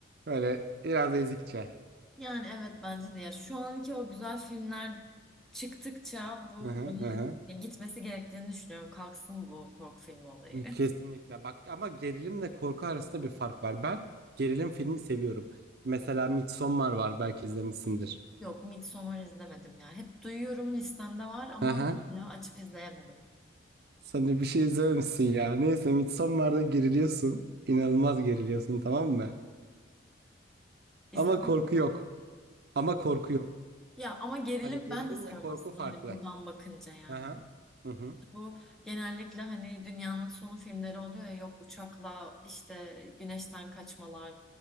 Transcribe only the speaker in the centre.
Yani evet bence de ya şu anki o güzel filmler çıktıkça bu
olayın
ya gitmesi gerektiğini düşünüyorum. Kalksın bu korku filmi olayı.
<laughs>
Yok Midsommar izlemedim ya. Hep duyuyorum listemde var ama
hala açıp izleyemedim.
İzlemedim.
Ya ama gerilim
ben de seviyorum
aslında
hani buradan bakınca yani.
Bu genellikle hani dünyanın sonu filmleri oluyor ya yok uçakla işte güneşten kaçmalar